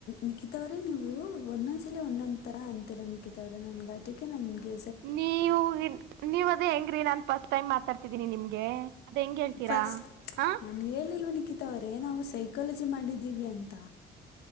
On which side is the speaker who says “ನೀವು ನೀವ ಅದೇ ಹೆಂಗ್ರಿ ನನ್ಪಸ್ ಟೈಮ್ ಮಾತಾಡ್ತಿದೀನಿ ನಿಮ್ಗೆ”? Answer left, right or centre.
Right